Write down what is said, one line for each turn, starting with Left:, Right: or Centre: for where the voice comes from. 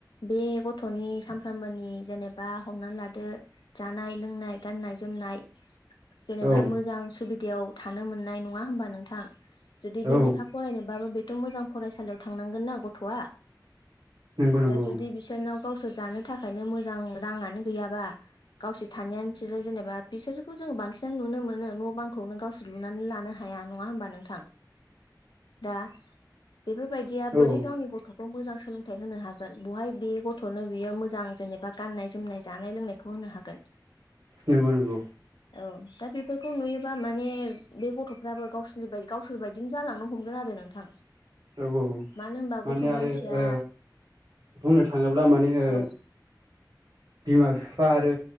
Left: बे गथ'नि सानफ्रोमबोनि जेनेबा हमनानै ला दो जानाय लोंनाय गाननाय जोमनाय जेनेबा
Right: औ
Left: मोजां सुबिदायाव थानो मोननाय नङा होमबा नोंथां जुदि बे
Right: औ
Left: लेखा फरायनोबाबो बेथ' मोजां फरायसालियाव थांनांगोनना गथ'आ
Right: नंगौ नंगौ
Left: दा जुदि बिसोरनाव गावसोर जानो थाखायनो मोजां राङानो गैयाबा गावसोर थानायानो बिसोरो जेनेबा बिसोरखौ जों बांसिन नुनो मोनो न' बांखौनो गावसोर लुनानै लानो हाया नङा होमबा नोंथां दा बेफोरबायदिया
Right: औ
Left: बोरै गावनि गथ'खौ मोजां सोलोंथाइ होनो हागोन बहाय बे गथ'नो बियो मोजां जेनेबा गाननाय जोमनाय जानाय लोंनाय खौ होनो हागोन
Right: नंगौ नंगौ
Left: औ दा बेफोरखौ नुयोबा माने बे गथ'फ्राबो गावसोरनि बाय गावसोर बायदिनो जालांनो हमगोन आरो नोंथां
Right: औ औ
Left: मानो होनबा
Right: माने
Left: गथ'
Right: आरो
Left: मानसिया
Right: ओ बुंनो थाङोब्ला माने ओ
Left: औ
Right: बिमा बिफा आरो